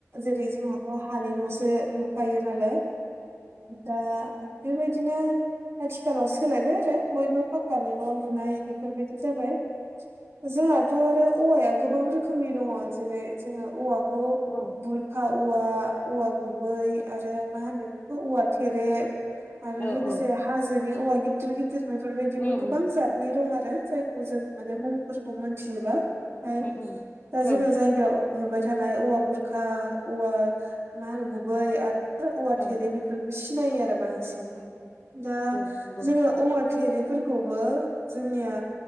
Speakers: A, on the right; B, on the left.
A: जेरै जोंहाथ' हानि न'सो लुखायो नालाय दा बेबायदिनो आथिखालाव सोलायबाय आरो बयबो फाक्कानि न' लु नाय बेफोरबायदि जाबाय जोंहाथ' आरो औवाया गोबां रोखोमनि दङ जेरै जोङो औवाखौ
B: औ
A: बुरखा औवा औवा गुबै आरो मा होनो बेखौ औवा थेरे आरो
B: औ
A: लोगोसे
B: औ
A: हाजोनि औवा गिदिर गिदिर ग बेफोरबायदिबो
B: उम
A: गोबां
B: उम
A: जतनि दं आरो जायखौ जों माने मुंफोरखौ मोनथियोब्ला ओमाय
B: उम उम
A: दा
B: औ
A: जोङो जायगायाव नुबाय थानाय औवा बुरखा औवा मा होनो गुबै आरो औवा
B: औ
A: थेरे बेफोरखौ सिनायो आरो बांसिन
B: उम
A: दा
B: औ नंगौ
A: जोङो औवा थेरिफोरखौबो जोंनिया